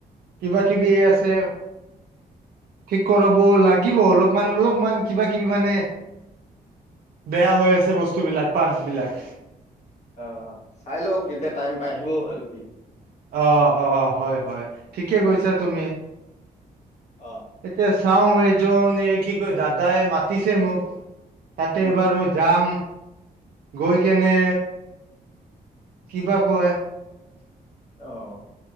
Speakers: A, on the right; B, on the left.
A: কিবা কিবি আছে। ঠিক কৰাব লাগিব, অলপমান অলপমান কিবা-কিবি মানে বেয়া হৈ আছে বস্তুবিলাক, পাৰ্চবিলাক।
B: অ, অ, চাই লওক যেতিয়া টাইম পাই আহিব আৰু কি।
A: অ' অ' হয় হয়, ঠিকে কৈছা তুমি।
B: অ
A: <unintelligible> চাওঁ এজন এই কি কয় দাদাই মাতিছে মোক, তাতে
B: উম
A: এবাৰ মই যাম। গৈ কেনে, কিবা কয়।
B: অ'।